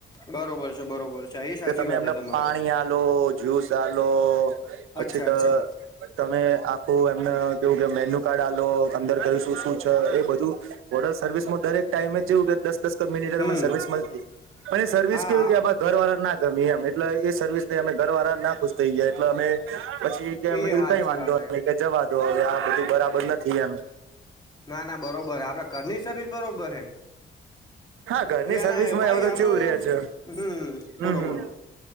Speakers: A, on the left; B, on the right.
A: બરોબર છે બરોબર છે એ સાચી
B: કે તમે
A: વાત
B: એમને
A: હે તમારી
B: પાણી આ લો ધોસાડો પછી
A: અચ્છા
B: તો
A: અચ્છા
B: તમે એમને કેવું કે મેન્યુ કાર્ડ આલો અંદર કયું શું શું છે એ બધું હોટલ સર્વિસમાં દરેક ટાઈમે ચેવું કે દરેક દસ મિનિટરને
A: હમ્મ
B: સર્વિસ મળ અને સર્વિસ
A: હા
B: કેવી કે ઘર વાળા ના મ એમ એટલે એ સર્વિ ને અમે ઘર વાળા ના ખુશ થઈ જયા એટલે અમે પછી કે
A: એ
B: કીધું
A: હાચી
B: કઈ વાંધો
A: વાત હે
B: જવા દો હવે આ બધું બરાબર નથી એમ
A: ના ના બરોબર હ આપડે ઘરની સર્વિસ બરોબર હૈ
B: હા ઘરની
A: એને
B: સર્વિસમાં
A: ભાઈ
B: એવું તો
A: અમે
B: ચેવું રે છે
A: હમ
B: હમ
A: બોલો
B: હમ
A: બોલો